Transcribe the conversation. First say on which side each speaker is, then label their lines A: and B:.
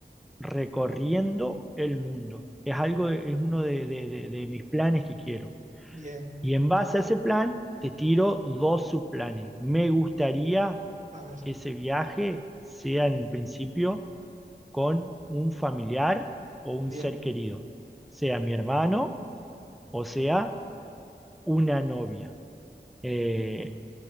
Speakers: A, in the centre; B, on the right.
A: recorriendo el mundo. Es algo, de- es uno de de- de- de mis planes que quiero.
B: Bien,
A: Y en base a ese plan, te tiro dos subplanes. Me gustaría
B: a ver,
A: que ese viaje sea en principio con un familiar o un
B: bien,
A: ser querido, sea mi hermano o sea una novia. Eh,